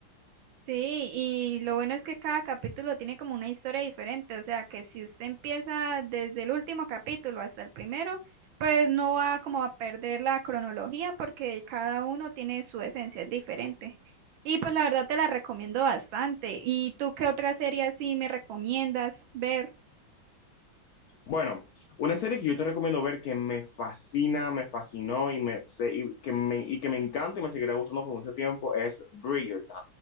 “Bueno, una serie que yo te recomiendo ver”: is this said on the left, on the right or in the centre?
Left